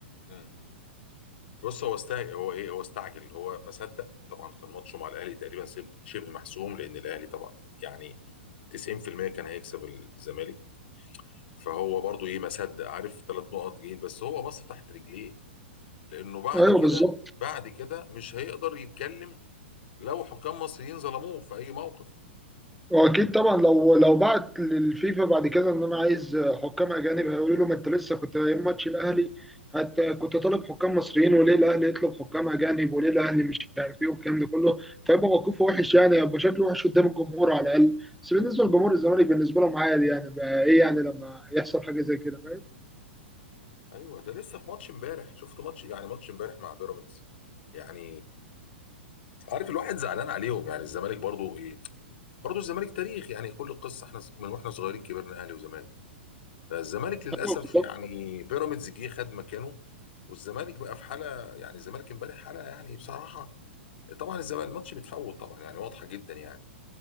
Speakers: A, on the left; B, in the centre.
A: مم. بص هو استعجل هو ايه هو استعجل هو ما صدق طبعا كان ماتشه مع الاهلي تقريبا سيب- شبه محسوم لان الاهلي طبعا يعني 90% كان هيكسب الزمالك فهو برضو ايه ما صدق عارف ثلاث نقط جايين بس هو بص تحت رجليه لانه بعد
B: ايوه
A: كده
B: بالظبط
A: بعد كده مش هيقدر يتكلم لو حكام مصريين ظلموه في اي موقف
B: واكيد طبعا لو لو بعت للفيفا بعد كده ان انا عايز حكام اجانب هيقولوا له ما انت لسه كنت ايام ماتش الاهلي حتى كنت طالب حكام مصريين وليه الاهلي يطلب حكام اجانب وليه الاهلي مش عارف ايه والكلام ده كله فيبقى موقفه وحش يعني يبقى شكله وحش قدام الجمهور على الاقل بس بالنسبه لجمهور الزمالك بالنسبه لهم عادي يعني بقى ايه يعني لما يحصل حاجه زي كده فاهم
A: ايوه ده لسه في ماتش امبارح شفت ماتش يعني ماتش امبارح مع بيراميدز يعني عارف الواحد زعلان عليهم يعني الزمالك برضو ايه برضو الزمالك تاريخ يعني كل القصه احنا من واحنا صغيرين كبرنا اهلي وزمالك فالزمالك للاسف
B: ايوه بالظبط
A: يعني بيراميدز جه خد مكانه والزمالك بقى في حاله يعني الزمالك امبارح حاله يعني بصراحه طبعا الزمالك الماتش متفوت طبعا يعني واضحه جدا يعني